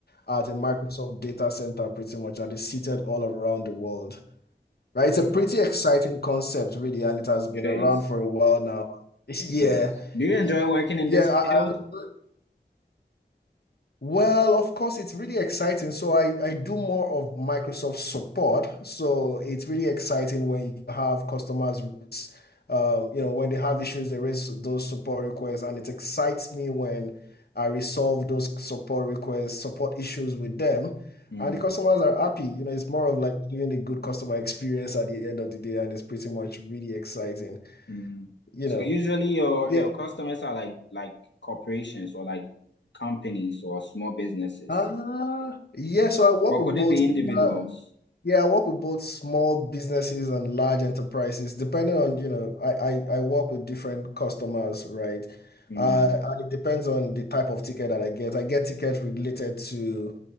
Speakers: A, on the left; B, on the left.
A: at a Microsoft data center pretty much, and they're seated all around the world. Right? It's
B: Mm.
A: a pretty exciting concept, really, and it has been
B: It is.
A: around for a while now. <laughs> Yeah.
B: It is. Do you
A: Yeah,
B: enjoy working in
A: Yeah,
B: this
A: I,
B: field?
A: I well, of course, it's really exciting. So I, I do more of Microsoft support. So it's really exciting when you have customers, raise, um, you know, when they have issues, they raise those support requests, and it excites me when I resolve those support requests, support issues with them,
B: Mm,
A: and the customers are happy. You know, it's more of like giving a good customer experience at the end of the day, and it's pretty much really exciting.
B: mm.
A: You
B: So
A: know,
B: usually your
A: yeah.
B: your customers are like like corporations or like companies or small businesses.
A: Ah, yeah. So I work
B: Or
A: with
B: could
A: both.
B: it be Mm, individuals?
A: uh, Yeah, I work with both small businesses and large enterprises, depending on, you know, I, I, I work with different customers, right?
B: mm,
A: Uh, and it depends on the type of ticket that I get. I get tickets related to,